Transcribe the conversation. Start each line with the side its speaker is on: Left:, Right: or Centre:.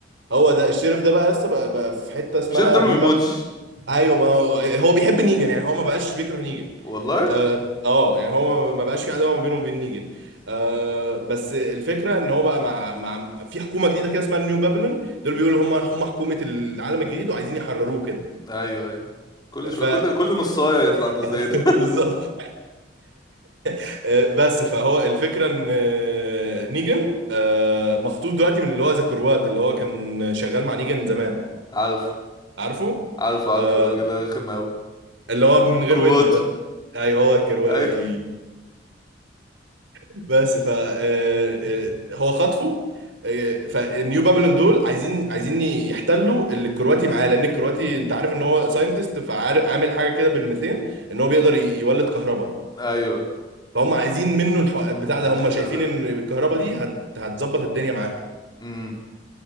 Right: هو ده الشيرف ده بقى لسه بقى, بقى في حته اسمها
Left: شايف ده ما
Right: نيو
Left: بيموتش
Right: بابل ايوه ما هو هو بيحب نيجان يعني هو ما بقاش بيكره نيجان
Left: والله
Right: اه آه، يعني هو ما بقاش في عداوه ما بينه وبين نيجان آه بس الفكره ان هو بقى مع مع في حكومه جديده كده اسمها نيو بابلون دول بيقولوا هم هم حكومه العالم الجديد وعايزين يحرروه كده
Left: ايوه ايوه كل شويه
Right: ف
Left: كل كل نصايه يطلع نص
Right: <laughs>
Left: زي ده
Right: بالظبط <laughs> بس فهو الفكره ان آه، نيجن آه، مخطوب دلوقتي من اللي هو زاكروات اللي هو كان شغال مع نيجن زمان
Left: <laughs> عارفه
Right: عارفه
Left: عارفه عارفه
Right: آه،
Left: الراجل ده رخم قوي
Right: اللي هو من
Left: الكرواتي
Right: غير ودن ده ايوه هو الكرواتي
Left: ايوه
Right: بس ف آه، آه، هو خطفه آه، فالنيو بابلون دول عايزين عايزين يحتلوا اللي الكرواتي معاه لان الكرواتي انت عارف ان هو ساينتست فعامل حاجه كده بالميثين ان هو بيقدر ي- يولد كهرباء
Left: ايوه
Right: فهم عايزين منه الح... بتاع
Left: يا
Right: ده هم
Left: اخي ده
Right: شايفين
Left: ده
Right: ان الكهرباء دي هت... هتظبط الدنيا معاهم
Left: امم